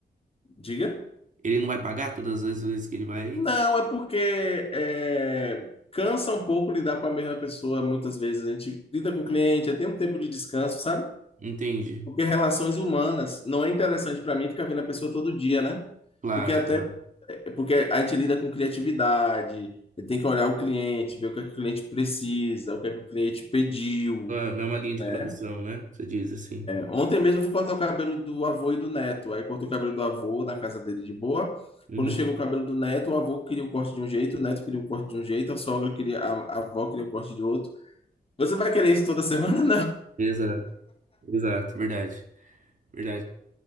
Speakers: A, on the left; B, on the right.
A: Diga?
B: Ele não vai pagar todas as vezes que ele vai aí?
A: Não, é porque é, cansa um pouco lidar com a mesma pessoa. Muitas vezes a gente lida com o cliente, é, tem um tempo de descanso, sabe?
B: Entendi.
A: Porque relações humanas não é interessante para mim ficar vendo a pessoa todo dia, né?
B: Claro,
A: Porque até
B: claro.
A: é porque a gente lida com criatividade, tem que olhar o cliente, ver o que é que o cliente precisa, o que é que o cliente pediu,
B: Não é não é uma linha de
A: né?
B: produção, né? Você diz assim.
A: Ontem mesmo eu fui cortar o cabelo do avô e do neto. Aí cortei o cabelo do avô na casa dele de boa.
B: Uhum.
A: Quando chegou o cabelo do neto, o avô queria o corte de um jeito, o neto queria o corte de um jeito, a sogra queria, a, a avó queria o corte de outro. Você vai querer isso toda semana?
B: Exato, exato, verdade, verdade.